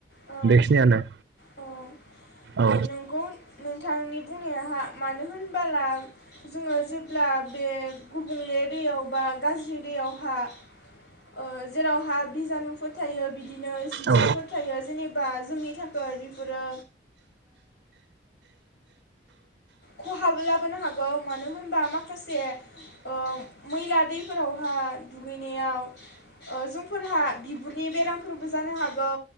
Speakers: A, on the left; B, on the right.
A: औ
B: बेखिनियानो
A: औ औ
B: औ
A: नंगौ नोंथांनि बुंनाया मानो होनबाला जोङो जे अब्ला बे गुबुंले दैयाव बा गाज्रि दैयावहा ओ जेरावहा बिजानुफोर थायो बि बिदिनो जिबसाफोर
B: औ
A: थायो जेनेबा जोंनि थाखै बेफोरो खहाबो लाबोनो हागौ मानो होनबा माखासे ओ मैला दैफोरावहा दुगैनायाव ओ जोंफोरहा बिगुरनि बेरामफोरबो जानो हागौ